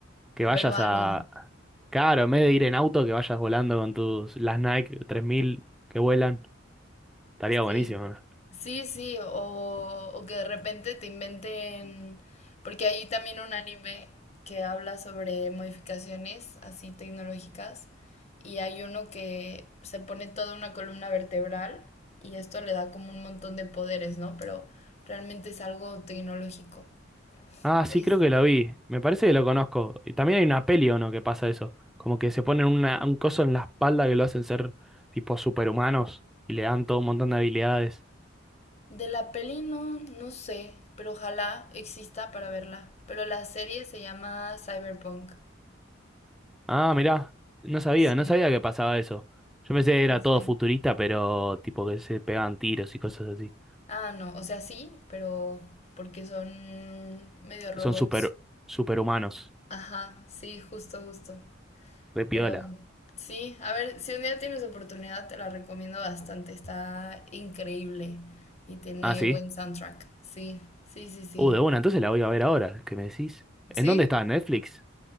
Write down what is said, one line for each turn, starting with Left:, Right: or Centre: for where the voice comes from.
Centre: que vayas
Left: pero algo.
Centre: a... Claro, en vez de ir en auto, que vayas volando con tus las Nike 3000 que vuelan, estaría buenísimo,
Left: Sí,
Centre: ¿no?
Left: sí, sí, o, o que de repente te inventen, porque hay también un anime que habla sobre modificaciones así tecnológicas y hay uno que se pone toda una columna vertebral y esto le da como un montón de poderes, ¿no? Pero realmente es algo tecnológico.
Centre: Ah,
Left: Entonces,
Centre: sí, creo que lo vi. Me parece que lo conozco. Y también hay una peli o no que pasa eso, como que se ponen una, un coso en la espalda que lo hacen ser tipo superhumanos y le dan todo un montón de habilidades.
Left: de la peli no, no sé, pero ojalá exista para verla. Pero la serie se llama Cyberpunk.
Centre: Ah, mirá, no sabía,
Left: Sí,
Centre: no sabía que pasaba eso. Yo pensé que
Left: sí,
Centre: era
Left: sí.
Centre: todo futurista, pero tipo que se pegaban tiros y cosas así.
Left: Ah, no, o sea, sí, pero porque son medio robots.
Centre: Son super, superhumanos,
Left: Ajá, sí, justo, justo.
Centre: re piola.
Left: Pero sí, a ver, si un día tienes oportunidad, te la recomiendo bastante. Está increíble y tiene
Centre: Ah, sí.
Left: buen soundtrack. Sí, sí, sí, sí.
Centre: Uh, de una, entonces la voy a ver ahora, ¿qué me decís? ¿En
Left: ¿Sí?
Centre: dónde está? ¿En Netflix?